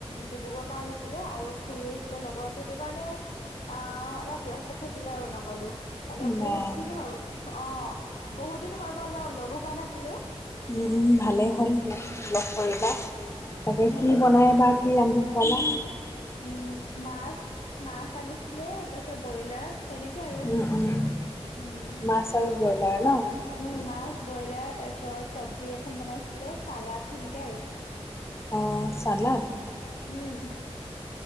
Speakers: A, on the left (about 80°); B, on the left (about 25°).
A: ডিব্ৰুগড়ৰপৰা আহিছিলে আৰু খুৰি আহিছিলে লগত, সেইটো কাৰণে আ, অলপ ব্যস্ত থাকিলে আৰু নগলো। মানে
B: বা
A: বহুত দিন হৈ গ'ল অ' বহুত দিন হৈ গ'ল অ' লগো হোৱা নাছিলোঁ।
B: উম, উম, ভালেই হ'ল, লগ কৰিবা। তাকে
A: সেইটো
B: কি বনাই বা <unintelligible>
A: উম, মাছ, মাছ আনিছ ছিলে তাৰপিছত ব্ৰইলাৰ তেনেকে আৰু।
B: উম উম
A: উম
B: মাছ আৰু ব্ৰইলাৰ ন'?
A: উম, মাছ, ব্ৰইলাৰ তাৰপিছত চব্জি এখন বনাইছিলে, চালাদ সেনেকে আৰু।
B: অ' ছালাড?
A: উম।